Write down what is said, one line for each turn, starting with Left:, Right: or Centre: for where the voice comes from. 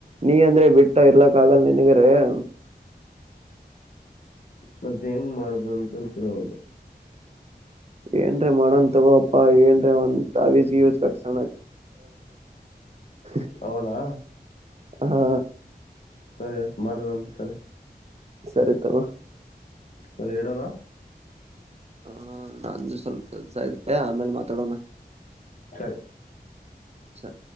Right: ನೀ ಅಂದ್ರೆ ಬಿಟ್ಟ ಇರ್ಲಕ್ಕ ಆಗಲ್ಲ ನಿನ್ನಾಗ ಆರ್
Left: ಮತ್ತೆ ಹೆಂಗ್ ಮಾಡುದ್ರು ಅಂತೇಳ್ ತಿಳಿವಾಯ್ತು.
Right: ಏನ್ರೀ ಮಾಡನ್ ತಗೋಪ್ಪಾ ಏನ್ರೀ ಒಂದ ತಾವಿ ಕಟ್ಸ <unintelligible>
Left: ಹೌದಾ
Right: ಹಾ
Left: ಸರಿ ಮಾಡುವಂತ ಸರಿ.
Right: ಸರಿ ತಗೋ.
Left: ಸರಿ ಇಡನ.
Right: ಹ ನಂದು ಸ್ವಲ್ಪ ಕೆಲ್ಸ ಐತಿ ಆಮೇಲ ಮಾತಾಡೋಣ.
Left: ಸರಿ.
Right: ಸರಿ